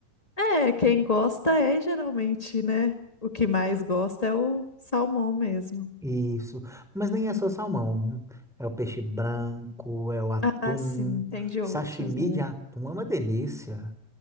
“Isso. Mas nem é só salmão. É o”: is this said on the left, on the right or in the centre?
Centre